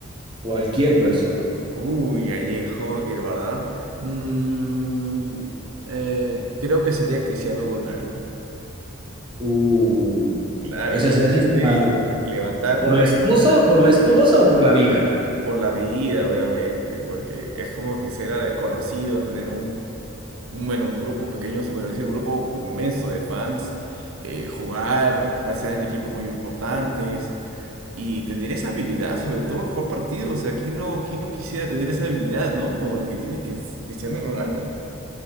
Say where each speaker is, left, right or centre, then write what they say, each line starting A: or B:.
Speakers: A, on the right; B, on the right.
A: Cualquier persona.
B: Uy, Gallejo, qué ¿verdad? Mm, eh, creo que sería Cristiano Ronaldo.
A: Uh,
B: Claro,
A: esa
B: imagínate
A: es esa es una-
B: levantarte
A: ¿Por la esposa, por la esposa o por la vida?
B: por la vida, obviamente, porque es como que ser eh, conocido, tener un, un, bueno, un grupo pequeño, se podría decir, un grupo inmenso de fans, eh, jugar, pasar en equipos muy importantes. Y tener esa habilidad, sobre todo el jugar partido, o sea, ¿quién no, quién no quisiera tener esa habilidad, ¿no? Como la que tiene Cris- Cristiano Ronaldo.